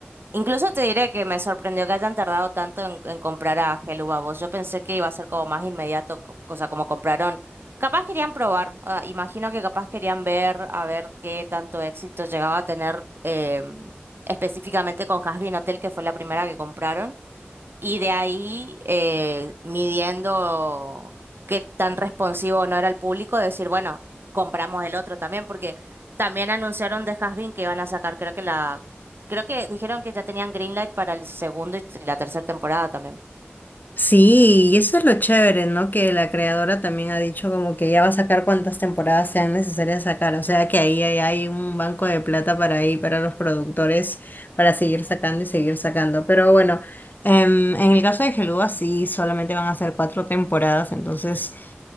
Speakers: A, on the right; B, on the left.
A: incluso te diré que me sorprendió que hayan tardado tanto en, en comprar a Helubavos. Yo pensé que iba a ser como más inmediato, co- o como compraron. Capaz querían probar, ah, imagino que capaz querían ver a ver qué tanto éxito llegaba a tener em, específicamente con Hazbin Hotel, que fue la primera que compraron. Y de ahí, eh, midiendo qué tan responsivo no era el público, decir, bueno, compramos el otro también, porque también anunciaron de Hasbin que iban a sacar, creo que la, creo que dijeron que ya tenían Greenlight para el segundo y t- la tercera temporada también.
B: Sí, y eso es lo chévere, ¿no? Que la creadora también ha dicho como que ya va a sacar cuantas temporadas sean necesarias sacar, o sea que ahí, ahí hay un banco de plata para ahí, para los productores, para seguir sacando y seguir sacando. Pero bueno, em, en el caso de Geluga sí, solamente van a ser cuatro temporadas, entonces